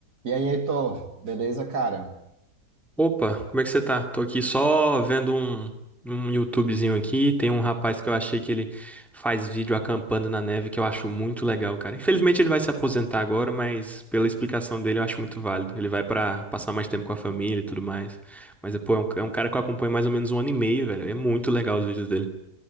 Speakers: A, on the right; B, in the centre.
A: E aí, Heitor, beleza, cara?
B: Opa, como é que você tá? Tô aqui só vendo um, um YouTubezinho aqui. Tem um rapaz que eu achei que ele faz vídeo acampando na neve que eu acho muito legal, cara. Infelizmente ele vai se aposentar agora, mas pela explicação dele eu acho muito válido. Ele vai pra passar mais tempo com a família e tudo mais. Mas, pô, é um, é um cara que eu acompanho mais ou menos um ano e meio, velho. É muito legal os vídeos dele.